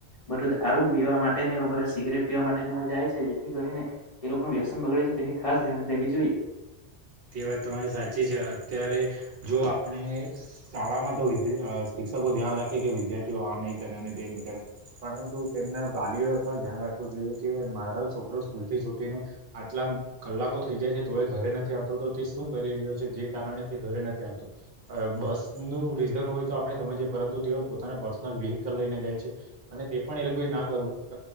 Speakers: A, on the left; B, on the right.
A: બધું દારૂ પિવા માટે ને એવા બધા સિગરેટ પીવા માટે ને જાય છે. જેથી કરીને એ લોકોનું વ્યસન બગડે છે તેની ખાસ ધ્યાન લેવી જોઈએ.
B: તે વાત તમારી સાચી છે. અત્યારે જો આપણે શાળામાં તો વિદ્ય અ શિક્ષકો ધ્યાન રાખે કે વિદ્યાર્થીઓ આ નહીં કરે અને તે નહી કરે. પરંતુ તેમ ના વાલીઓ એ પણ ધ્યાન રાખવું જોઈએ કે મારો છોકરો સ્કૂલથી છૂટીને આટલા કલાકો થઇ જાય છે તોય ઘરે નથી આવતો તે શું કરી રહ્યો છે? જે કારણે તે ઘરે નથી આવતો. બસનું રીઝન હોય તો આપણે સમજીએ પરંતુ તેઓ પોતાના પર્સનલ વ્હીકલ લઈને જાય છે. અને તે પણ એ લોકોએ ના કરવું.